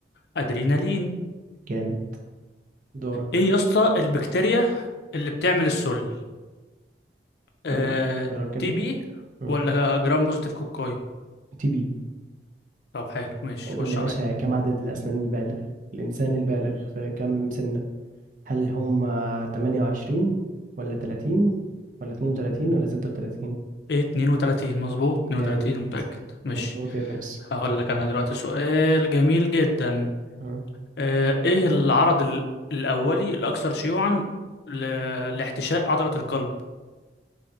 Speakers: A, on the left (about 65°); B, on the right (about 45°).
A: أدرينالين
B: جامد دورك
A: إيه يا اسطى البكتيريا اللي بتعمل السل آه،
B: قول دورك كده
A: تي بي
B: اه
A: ولا جرام بوزيتيف كوكاي
B: تي بي
A: طب حلو ماشي
B: قول
A: خش
B: لي يا
A: عليا
B: باشا كم عدد الاسنان البالغ الانسان البالغ في كم سنة هل هم 28 ولا 30 ولا 32 ولا 36
A: إيه 32 مظبوط
B: جامد
A: 32 متأكد ماشي
B: مظبوط يا باشا
A: هقول لك أنا دلوقتي سؤال جميل جدا
B: آه.
A: آه، ايه العرض ال- الاولي الاكثر شيوعا ل- لاحتشاء عضلة القلب